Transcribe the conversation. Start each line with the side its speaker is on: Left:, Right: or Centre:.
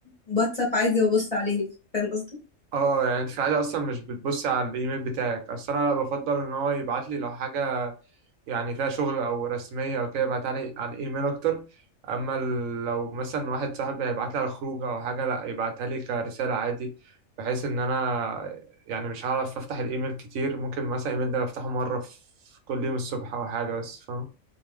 Left: واتساب عادي وأبص عليه فاهم قصدي؟
Right: اه يعني انت في العادة اصلا مش بتبصي على الايميل بتاعك اصل انا لا بفضل ان هو يبعت لي لو حاجة يعني فيها شغل او رسمية او كده يبعتها لي على الايميل اكتر اما ال- لو مثلا واحد صاحبي هيبعت لي على الخروج او حاجة لا يبعتها لي كرسالة عادي بحيث ان انا يعني مش هعرف افتح الايميل كتير ممكن مثلا الايميل ده بفتحه مرة في كل يوم الصبح او حاجة بس فاهم